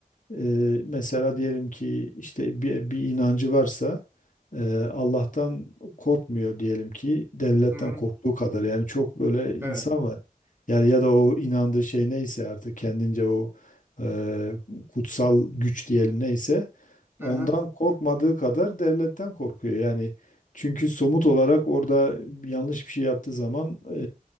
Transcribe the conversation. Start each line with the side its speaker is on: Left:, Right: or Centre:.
Left: Eee, mesela diyelim ki işte bir, bir inancı varsa eee, Allah'tan korkmuyor diyelim ki devletten
Right: Hı hı.
Left: korktuğu kadar yani çok böyle insan
Right: Evet.
Left: var. Yani ya da o inandığı şey neyse artık kendince o eee, kutsal güç diyelim neyse ondan
Right: Aha.
Left: korkmadığı kadar devletten korkuyor. Yani çünkü somut olarak orada yanlış bir şey yaptığı zaman eee,